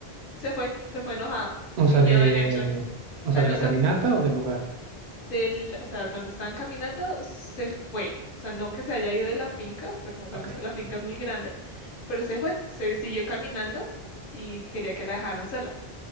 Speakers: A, on the left; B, on the right.
A: se fue, se fue enojada, siguió
B: O sea, de...
A: derecho, o
B: O
A: sea,
B: sea,
A: no
B: de la
A: se
B: caminata
A: fu-
B: o del lugar.
A: del, o sea, donde estaban caminando, se fue. O sea, no que se haya ido de la finca, recordemos
B: Ok,
A: que la finca
B: ok.
A: es muy grande, pero se fue, se siguió caminando y quería que la dejaran sola.